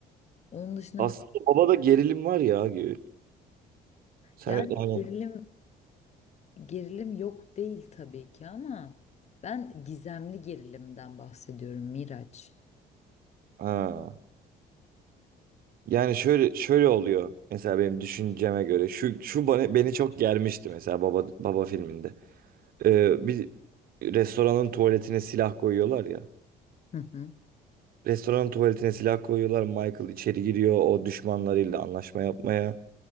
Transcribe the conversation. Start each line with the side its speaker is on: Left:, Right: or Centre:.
Left: Onun dışında
Right: Aslında
Left: mesela
Right: babada gerilim var ya Gül. Sen
Left: yani
Right: yani
Left: gerilim Gerilim yok değil tabii ki ama ben gizemli gerilimden bahsediyorum Miraç.
Right: ha. Yani şöyle şöyle oluyor mesela benim düşünceme göre şu şu bana, beni çok germişti mesela baba baba filminde. Ee, bir restoranın tuvaletine silah koyuyorlar ya.
Left: Hı hı.
Right: Restoranın tuvaletine silah koyuyorlar. Michael içeri giriyor o düşmanlarıyla anlaşma yapmaya.